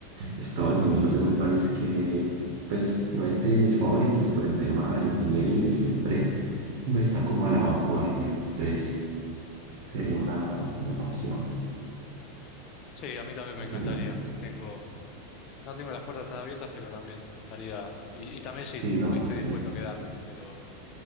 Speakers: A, on the right (about 55°); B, on the left (about 45°).
A: Estados Unidos es un país que pues no es de mis favoritos, pero en tema de ingeniería siempre pues, está como a la vanguardia, entonces sería una buena opción.
B: Sí, a mí también me
A: Sí,
B: encantaría.
A: serían.
B: Tengo, no tengo las puertas tan abiertas, pero también estaría, y, y también sí,
A: Sí, no,
B: estoy
A: es
B: dispuesto
A: que,
B: a quedarme. Pero,